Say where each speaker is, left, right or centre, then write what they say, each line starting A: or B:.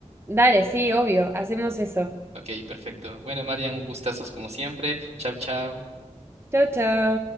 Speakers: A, on the right; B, on the right.
A: Dale, sí, obvio. Hacemos eso.
B: Ok, perfecto. Bueno, Marian, un gustazo como siempre. Chao, chao.
A: Chao, chao.